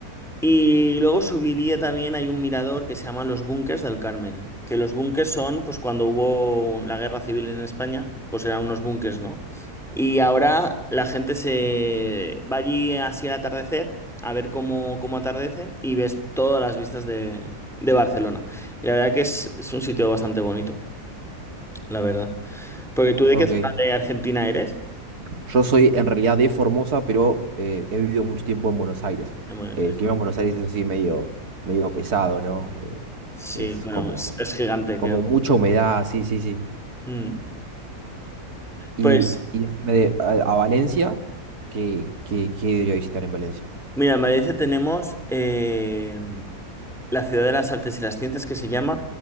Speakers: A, in the centre; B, on the right.
A: Y luego subiría también, hay un mirador que se llama Los Búnkers del Carmel, que los búnkers son, pues cuando hubo la guerra civil en España, pues eran unos búnkers, ¿no? Y ahora la gente se va allí así al atardecer, a ver cómo, cómo atardece, y ves todas las vistas de, de Barcelona. Y la verdad que es, es un sitio bastante bonito, la verdad. Porque tú de
B: Ok.
A: qué zona de Argentina eres?
B: Yo soy en realidad de Formosa, pero eh, he vivido mucho tiempo en Buenos Aires.
A: En Buenos
B: Eh,
A: Aires.
B: el clima en Buenos Aires es así medio, medio pesado, ¿no? Eh,
A: Sí,
B: es
A: bueno,
B: como,
A: es, es gigante,
B: como
A: creo.
B: mucha humedad, sí, sí, sí.
A: Mm.
B: Y,
A: Pues...
B: y decime de, a, a Valencia, ¿qué, qué, qué debería visitar en Valencia?
A: Mira, en Valencia tenemos eh, la Ciudad de las Artes y las Ciencias que se llama,